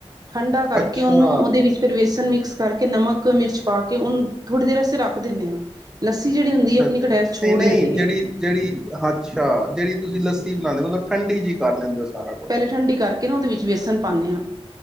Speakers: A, on the right; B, in the centre.
A: ਠੰਡਾ ਕਰਕੇ
B: ਅੱਛਾ
A: ਉਹਨੂੰ ਉਹਦੇ ਵਿੱਚ ਫਿਰ ਵੇਸਨ ਮਿਕਸ ਕਰਕੇ ਨਮਕ ਮਿਰਚ ਪਾ ਕੇ ਉਹਨੂੰ ਥੋੜ੍ਹੀ ਦੇਰ ਅਸੀਂ ਰੱਖ ਦਿੰਦੇ ਹਾਂ। ਲੱਸੀ ਜਿਹੜੀ ਹੁੰਦੀ
B: ਅੱਛਾ
A: ਹੈ ਆਪਣੀ
B: ਅੱਛਾ
A: ਕਟਾਇਸ਼ ਛੋੜ
B: ਨਹੀਂ ਨਹੀਂ
A: ਦਿੰਦੀ
B: ਜਿਹੜੀ
A: ਹੈ।
B: ਜਿਹੜੀ ਅੱਛਾ ਜਿਹੜੀ ਤੁਸੀਂ ਲੱਸੀ ਬਣਾਉਂਦੇ ਹੋ ਮਤਲਬ ਠੰਡੀ ਜਿਹੀ ਕਰ ਲੈਂਦੇ ਹੋ ਸਾਰਾ। ਕੁਛ
A: ਪਹਿਲੇ ਠੰਡੀ ਕਰਕੇ ਨਾ ਉਹਦੇ ਵਿੱਚ ਵੇਸਣ ਪਾਉਂਦੇ ਹਾਂ।